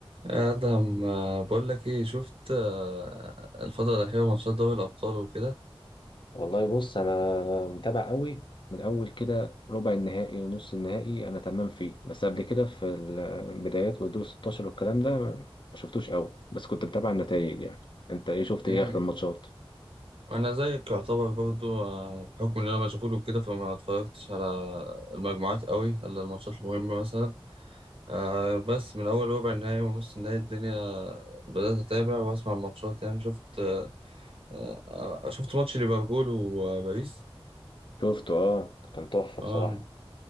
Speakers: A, on the right (about 70°); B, on the left (about 55°).
A: ادهم آه، بقول لك ايه شفت آه، الفتره الاخيره ماتشات دوري الابطال وكده
B: والله بص انا متابع قوي من اول كده ربع النهائي ونص النهائي انا تمام فيه بس قبل كده في البدايات والدور 16 والكلام ده ما شفتوش قوي بس كنت متابع النتائج يعني انت ايه شفت
A: امم
B: ايه اخر الماتشات
A: وانا زيك يعتبر برضو آه، بحكم ان انا مشغول وكده فما اتفرجتش على المجموعات قوي الا الماتشات المهمه مثلا آه، بس من اول ربع النهائي ونص النهائي الدنيا بدات اتابع واسمع الماتشات يعني شفت آه، آه، شفت
B: <laughs>
A: ماتش ليفربول وباريس
B: شفته اه كان تحفة بصراحة
A: اه